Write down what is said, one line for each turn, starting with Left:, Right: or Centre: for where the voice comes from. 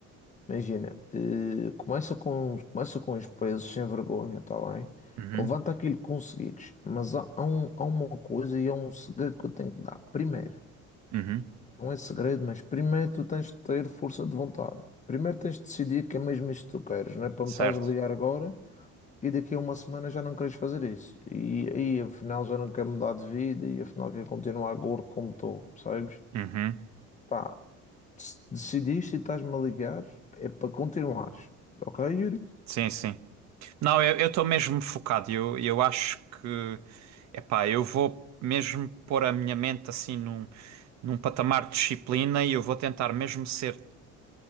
Left: Imagina, eh, começa com, começa com os pesos sem vergonha, tá bem?
Right: Uhum,
Left: Levanta aquilo que conseguires, mas há, há um- há uma coisa e há um segredo que eu tenho que dar. Primeiro,
Right: uhum,
Left: não é segredo, mas primeiro tu tens de ter força de vontade. Primeiro tens de decidir que é mesmo isto que tu queres, não é para
Right: certo.
Left: me estás a ligar agora e daqui a uma semana já não queres fazer isso. E aí afinal já não quero mudar de vida e afinal quero continuar gordo como estou, percebes?
Right: Uhum,
Left: Pá, se decidiste e estás-me a ligar, é para continuares. Ok, Yuri?
Right: sim, sim. Não, eu estou mesmo focado. Eu, eu acho que, epá, eu vou mesmo pôr a minha mente assim num, num patamar de disciplina e eu vou tentar mesmo ser,